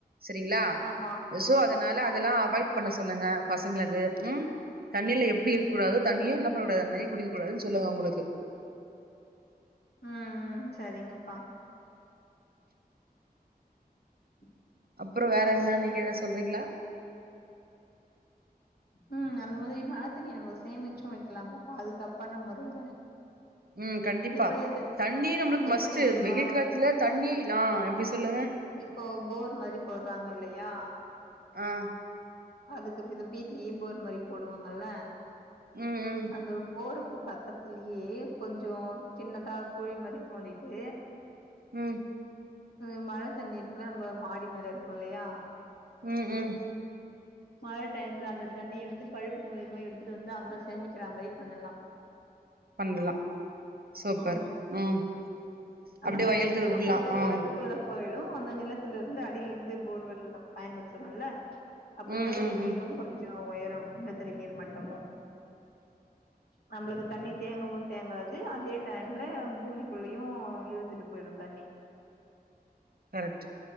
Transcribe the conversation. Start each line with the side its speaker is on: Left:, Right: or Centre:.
Right: செரிங்களா
Left: ஆமா
Right: சோ அதனால அதெல்லா அவாய்ட் பண்ண சொல்லுங்க பசங்களுக்கு ம் தண்ணியில எப்படி இருக்கூடாது தண்ணில எப்டிஇருக்கூடாது தண்ணியு குடிக்ககூடாதுனு சொல்லுங்க அவுங்களுக்கு
Left: அ அ சரிங்கப்பா <inaudible>
Right: அப்றோ வேற எதுனா நீங்க எதன சொல்றீங்களா
Left: ம் அந்த மாதிரி மழை தண்ணிய நமக்கு சேமிச்சும் வைக்கலாப்பா பாதுகாப்பான முறையில
Right: ம் கண்டிப்பா
Left: எப்டி தெ
Right: தண்ணி நம்மளுக்கு
Left: எப்டி
Right: மஸ்ட்
Left: தெரியுமா
Right: வெயில் காலத்துல தண்ணி இல் ஆ இப்டி சொல்லுங்க
Left: இப்போ போர் மாரி போடறாங்க இல்லையா
Right: ஆ
Left: அதுக்குபினா விட்லியே போர் மாரி போடுவாங்கல்ல
Right: ம் ம்
Left: அந்த போருக்கு பக்கத்துலியே கொஞ்சோ சின்னதா குழி மாரி தோண்டிட்டு
Right: ம்
Left: ம் மழை தண்ணி இருக்குல நம்ம மாடி மேல இருக்கு இல்லையா
Right: ம் ம்
Left: மழ டைம்ல அந்த தண்ணி வந்து பழுப்பு மூலிமா எடுத்துட்டு வந்து அங்க சேமிக்கிற மாரி பண்ணலா
Right: பண்லா சூப்பர்
Left: ஆமா
Right: ம்
Left: அந்த
Right: அப்டியே
Left: மாரி
Right: வயலுக்கு
Left: சேமிச்சா
Right: விடலா
Left: அது
Right: ஆ
Left: நிலத்துக்குள்ள போயிடு அந்த நிலத்துல இருந்து அடில இருந்து போர்வெல் நம்ம பயன்படுத்தறோல்ல அப்ப
Right: ம்
Left: நிலத்தடி
Right: ம்
Left: நீரு
Right: ம்
Left: கொஞ்சோ உயரோ நிலத்தடி நீர் மட்டமு நம்ளுக்கு தண்ணி தேங்கவு தேங்காது அதே டைம்ல பூமிக்குள்ளயு இழுத்துட்டு போயிடு தண்ணி
Right: கரெக்ட்